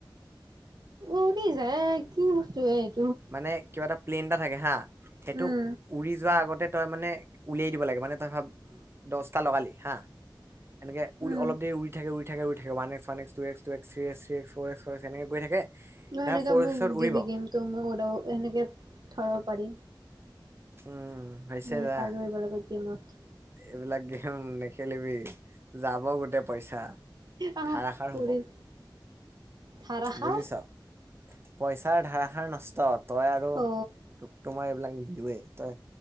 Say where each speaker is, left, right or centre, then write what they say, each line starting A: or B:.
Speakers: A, on the right; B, on the right.
A: উৰি জাই কি বস্তু এ -
B: মানে কিবা এটা প্লেইন এটা থাকে হা, সেইটো-
A: উম
B: উৰি যোৱা আগতে তই মানে উলিয়াই দিব লাগে মানে তই ভাব দহটা লগালি হা- এনেক উ
A: উম
B: অল দেৰি উৰি থাক উৰি থে উৰি থে ৱ এক্সৱ একস ট এক্ ট x three x three x four' x four x এনেকে কৰি থাকে।
A: ন সেনেকাে
B: ফ'ৰ
A: মোক
B: এক্সত
A: দিবি
B: উৰিব
A: গেম তো মোক ওলও সেনেকে ধৰাব পাৰি।
B: উম। হৈছে
A: এ
B: যা
A: পাৰো এইবাৰ আগত দিয় মঠ-
B: এইবিলাক গেম নেখেলিবি- যাব গোটেই পইচা,
A: আহ
B: ধাৰাষাৰ
A: পৰিল
B: হব।
A: থাৰা খাৰ
B: বুজিছ, পইচাৰ ধাৰাষাৰ নষ্ট তই আৰু-
A: অ
B: তোকতো মই এইবিলাক নিদোৱেই তই,